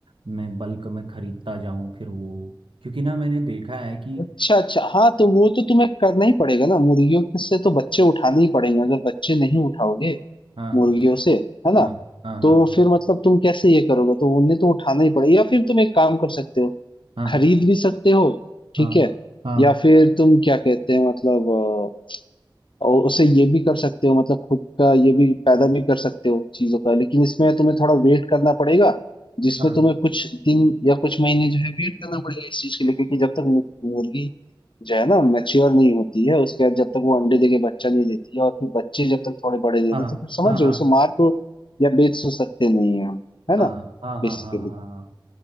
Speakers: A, on the right; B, on the left.
A: मैं बल्क में खरीदता जाऊं फिर वो क्योंकि ना मैंने देखा है कि
B: अच्छा अच्छा हाँ तो वो तो तुम्हें करना ही पड़ेगा ना मुर्गियों के से तो बच्चे उठाने ही पड़ेंगे अगर बच्चे नहीं उठाओगे
A: हाँ
B: मुर्गियों से है ना
A: हाँ हाँ हाँ
B: तो फिर मतलब तुम कैसे ये करोगे तो उन्हें तो उठाना ही पड़ेगा या फिर तुम एक काम कर सकते हो
A: हाँ
B: खरीद भी सकते हो
A: हाँ
B: ठीक है
A: हाँ
B: या फिर तुम क्या कहते हैं मतलब और उसे ये भी कर सकते हो मतलब खुद का ये भी पैदा भी कर सकते हो चीजों का लेकिन इसमें तुम्हें थोड़ा वेट करना पड़ेगा जिसमें
A: हाँ
B: तुम्हें कुछ दिन या कुछ महीने जो है वेट करना पड़ेगा इस चीज के लिए क्योंकि जब तक मु- मुर्गी जो है ना मैच्योर नहीं होती है उसके बाद जब तक वो अंडे देके बच्चा नहीं देती है और फिर बच्चे जब तक थोड़े बड़े नहीं
A: हाँ
B: होते
A: हाँ
B: तो फिर समझ
A: हाँ
B: जाओ
A: हाँ
B: उसे मार तो या बेच तो सकते नहीं है हम, है
A: हाँ
B: ना
A: हाँ हाँ
B: बेसिकली
A: हाँ हाँ